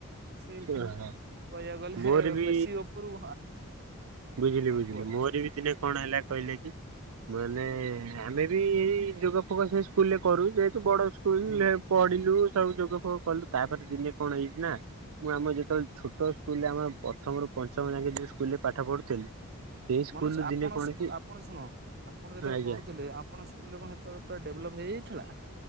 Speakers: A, on the right; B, on the right.
A: ବେଶୀ
B: ଓହୋ
A: କହିବା ଗଲେ
B: ମୋର ବି
A: ବେଶୀ ଉପ ଉପରୁ
B: ବୁଝିଲି
A: ହଁ
B: ବୁଝିଲି
A: କୁହ
B: ମୋର ବି ଦିନେ କଣ ହେଲା କହିଲେ କି ମାନେ
A: ହୁଁ
B: ଆମେ ବି ଏଇ ଯୋଗ ଫୋଗଇ ସ୍କୁଲରେ କରୁ ଯେ ବଡ ସ୍କୁଲ
A: ହୁଁ
B: ପଢିଲୁ ସବୁ ଯୋଗ ଫୋଗ କଲୁ ତାପରେ ଦିନେ କଣ ହେଇଛି ନା ମୁଁ ଆମ ଯେତେବେଳେ ଛୋଟ ସ୍କୁଲରେ ଆମ ପ୍ରଥମରୁୁ ପଞ୍ଚମ ଯାକେ ଯଉ ସ୍କୁଲ ରେ ପାଠ ପଢୁଥିଲି ସେଇ ସ୍କୁଲରୁ
A: ମନୋଜ ଆପଣ
B: ଦିନେ କଣ କି
A: ଆପଣ ଶୁଣ ଆପଣ ଯେତେବେଳେ
B: ଆଜ୍ଞା
A: ପଢୁଥିଲେ ଆପଣ ସ୍କୁଲଣତଳେ ପୁରା ଡେଭଲପ୍ ହେଇ ସେଇଥିଲା